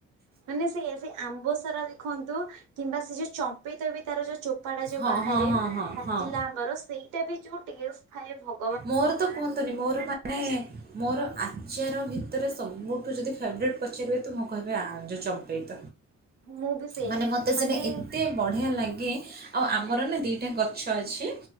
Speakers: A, on the right; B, on the right.
A: ମାନେ ସେଇଆ ସେଆମ୍ବୁ ସାରା ଦେଖନ୍ତୁ କିମ୍ବା ସେଯୋଉ ଚମ୍ପିତବି ତାର ଯୋଉ ଚୋ ପାଟା ଯୋଉ
B: ହଁ
A: ବାହାରେ
B: ହଁ ହଁ ହଁ
A: ପାଚିଲା
B: ହଁ
A: ଆମ୍ବର ସେଇଟାବି ଯୋଉ ଟେଷ୍ଟେ ଥାଏ ଭ
B: ମୋରତ କୁହନ୍ତୁନି ମୋର ମାନେ ମୋର ଆଚାର ଭିତରେ ସବୁଠୁ ଯଦି ଫେବରେଟ୍ ପଚାରିବେତ ମୁଁ କହିବି ଆ ଯଉଁ ଚମ୍ପେଇତ।
A: ମୁଁ ବି ସେଇଆ
B: ମାନେ ମତେ
A: ମାନେ
B: ସେଟା ଏତେ ବଢ଼ିଆ ଲାଗେ ଆଉ ଆମରନା
A: ଆଜ୍ଞା
B: ଦିଟା ଗଛଅଛି